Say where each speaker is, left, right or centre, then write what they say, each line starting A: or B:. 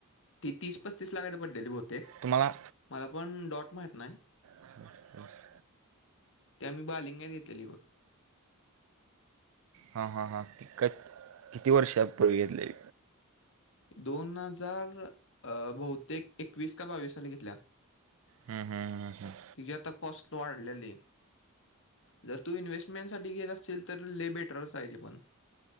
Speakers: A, on the left; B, on the right.
A: तीस पस्तीस लागायला पडलेली बहुतेक.
B: तुम्हाला.
A: मला पण डॉट माहित नाही.
B: Almost dot.
A: त्या आम्ही बालिंगा घेतलेली बघ.
B: हा हा हा की क किती वर्षांपूर्वी घेतली.
A: दोन हजार अ बहुतेक एकवीस का बावीस साली घेतल्या.
B: ह ह ह ह.
A: तिजी आता काॅस्ट वाढल्या ले. जर तू इन्व्हेस्टमेंट साठी घेत असशील तर ले बेटरच आहे ते पण.